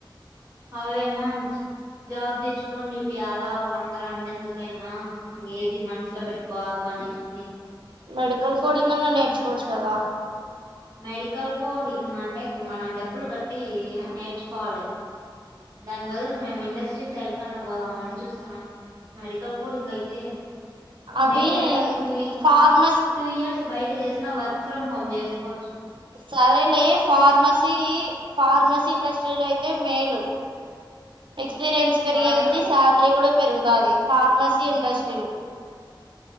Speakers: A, on the right (about 40°); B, on the right (about 70°).
A: అవేమో జాబ్ తెచ్చుకొని చూపీయాల అందరు అన్నందుకైనా ఏది మనసులో పెట్టుకోవాకు అనేసి
B: మెడికల్ కోడింగైనా నేర్చుకోవచ్చు కదా
A: మెడికల్ కోడి ఉ అంటే మనం డబ్బులు కట్టి నేర్చుకోవాలి దాని బదులు మేము ఇండస్ట్రీ సైడ్ కన్న పోదామని చూస్తున్నాం మెడికల్ కోడింగ్ అయితే
B: అవి
A: మేలే టూ ఇ
B: ఫార్మసీ
A: టూ ఇయర్స్ బయట చేసినా వర్క్ ఫ్రమ్ హోమ్ చేస్ వచ్చు
B: సరే లే ఫార్మసి ఫార్మసి ఇండస్ట్రీ అయితే మేలు ఎక్స్ ఎక్స్పీరియన్స్ పెరిగేకొద్ధి
A: ఫార్మసీ
B: శాలరీ కూడా పెరుగుతాది ఫార్మసీ ఇండస్ట్రి లొ